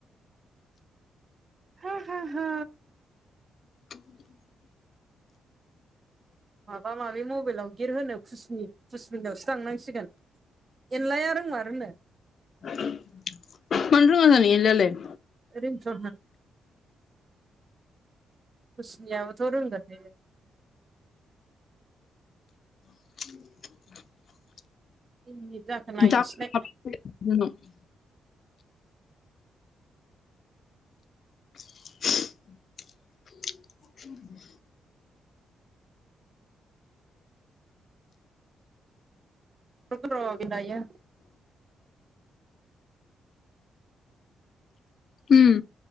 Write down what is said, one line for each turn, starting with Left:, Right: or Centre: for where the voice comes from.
Right: हा हा हा।
Left: <inaudible>
Right: माबा माबि मबाइलाव गेट होनो खुसिनि कुसबिन्दायावसो थांनांसिगोन एनलाया रोंमारोनो
Left: मानो रोङा जानो एनलायालाय।
Right: रिंथन होन खुसनियाबोथ' रोंगोन बे
Left: <inaudible>
Right: खै मिनिट जाखो नायनोसैलाय
Left: जा <unintelligible> <inaudible> <inaudible>
Right: रुगोन र' बि दायो।
Left: उम